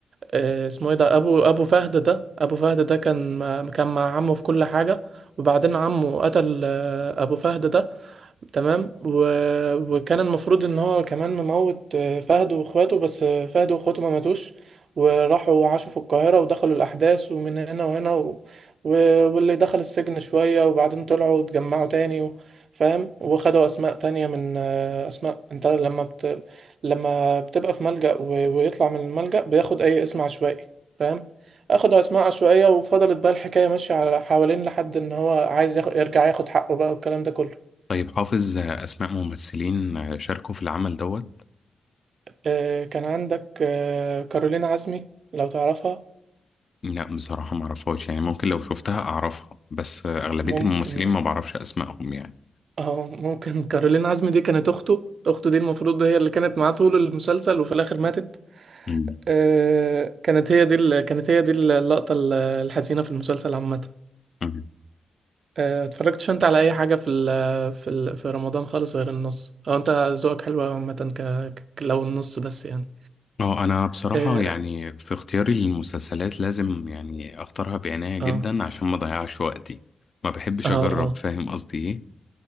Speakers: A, on the right (about 65°); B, on the left (about 45°).
A: آه، اسمه ايه ده ابو ابو فهد ده ابو فهد ده كان كان مع عمه في كل حاجة وبعدين عمه قتل آه، ابو فهد ده تمام و... وكان المفروض ان هو كمان مموت آه، فهد واخواته بس آه، فهد واخواته ما ماتوش وراحوا وعاشوا في القاهرة ودخلوا الأحداث ومن هنا وهنا و... و... واللي دخل السجن شوية وبعدين طلعوا واتجمعوا تاني و... فاهم وخدوا أسماء تانية من آه، أسماء أنت لما بت... لما بتبقى في ملجأ و... ويطلع من الملجأ بياخد أي اسم عشوائي فاهم أخدوا أسماء عشوائية وفضلت بقى الحكاية ماشية على حوالين لحد إن هو عايز ياخ... يرجع ياخد حقه بقى والكلام ده كله
B: طيب حافظ أسماء ممثلين شاركوا في العمل دوت
A: آه، كان عندك آه، كارولين عزمي لو تعرفها
B: لا بصراحة ما اعرفهاش يعني ممكن لو شفتها اعرفها بس اغلبية
A: ممكن
B: الممثلين ما بعرفش اسمائهم يعني
A: اه ممكن كارولين عزمي دي كانت اخته اخته دي المفروض هي اللي كانت معاه طول المسلسل وفي الاخر ماتت
B: مم.
A: آه، كانت هي دي ال- كانت هي دي اللقطة ال- الحزينة في المسلسل عامة
B: مم.
A: آه، اتفرجتش انت على اي حاجة في ال في ال في رمضان خالص غير النص او انت ذوقك حلو أوي عامة ك ك- لو النص بس يعني
B: اه انا بصراحة
A: اه
B: يعني في اختياري للمسلسلات لازم يعني اختارها بعناية جدا
A: اه
B: عشان ما اضيعش وقتي ما بحبش
A: اه اه
B: اجرب فاهم قصدي ايه